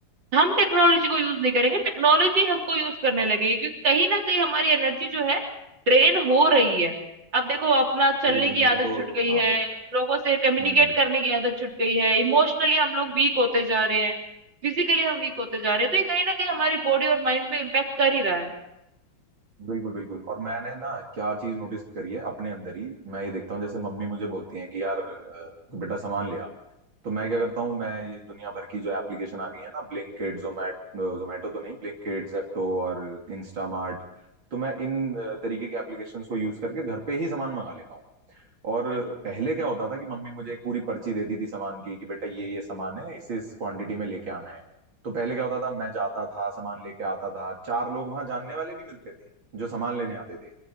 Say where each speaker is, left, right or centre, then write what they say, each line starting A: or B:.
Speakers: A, on the right; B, on the right.
A: हम टेक्नोलॉजी को यूज नहीं करेंगे टेक्नोलॉजी हमको यूज करने लगेगी क्योंकि कहीं ना कहीं हमारी एनर्जी जो है ड्रेन हो रही है अब देखो अपना चलने
B: बिल्कुल
A: की
B: ये
A: आदत
B: तो
A: छूट गई
B: हाँ
A: है लोगों से कम्युनिकेट
B: हम्म
A: करने की आदत छूट गई है इमोशनली हम लोग वीक होते जा रहे हैं फिजिकली हम वीक होते जा रहे हैं तो ये कहीं ना कहीं हमारी बॉडी और माइंड पे इम्पेक्ट कर ही रहा है
B: बिल्कुल बिल्कुल और मैंने ना क्या चीज नोटिस करी है अपने अंदर ही मैं ये देखता हूँ जैसे मम्मी मुझे बोलती हैं कि यार अ, बेटा सामान ले आ तो मैं क्या करता हूँ मैं ये दुनिया भर की जो एप्लीकेशन आ गई है ना ब्लिंकिट जोमैट जोमैटो तो नहीं ब्लिंकिट जेप्टो और इंस्टामार्ट तो मैं इन अ, तरीके के एप्लीकेशंस को यूज करके घर पे ही सामान मंगा लेता हूँ और
A: हम्म
B: पहले क्या होता था कि मम्मी मुझे एक पूरी पर्ची देती थी सामान की कि बेटा ये ये सामान है इसे इस क्वांटिटी में लेके आना है तो पहले क्या होता था मैं जाता था सामान लेके आता था चार लोग वहां जानने वाले भी मिलते थे जो सामान लेने आते थे